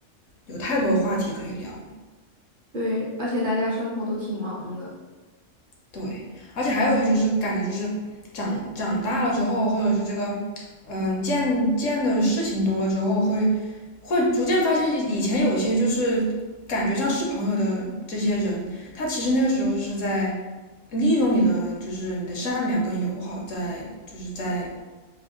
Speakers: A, on the left (about 80°); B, on the right (about 40°).
A: 有太多话题可以聊。
B: 对，而且大家生活都挺忙的，
A: 对，而且还有一些就是感觉就是长长大了之后，或者是这个，嗯，见见的事情多了之后，会会逐渐发现以以前有一些就是感觉上是朋友的这些人，他其实那个时候是在利用你的就是你的善良跟友好在，就是在